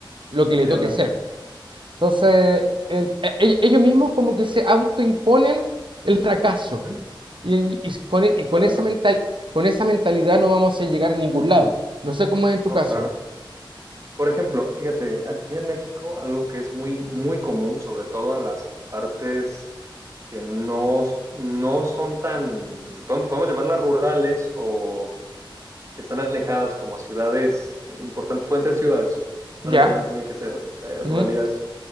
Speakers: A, on the right; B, on the right.
A: lo
B: Se
A: que le
B: pierden.
A: toque ser. Entonces, en- e- e- ellos mismos como que se autoimponen el fracaso.
B: Ujú.
A: Y, y con, e-
B: Tengo que
A: con
B: verlo.
A: esa mental, con esa mentalidad no vamos a llegar a ningún lado. No sé cómo es en tu
B: No,
A: caso.
B: claro. Por ejemplo, fíjate, aquí en México, algo que es muy, muy común, sobre todo en las partes que no, s- no son tan, podemos, podemos llamarlas rurales o que están alejadas como a ciudades eh, importantes. Pueden ser ciudades, no
A: Ya.
B: necesariamente tienen que ser eh,
A: Ujú,
B: ruralidades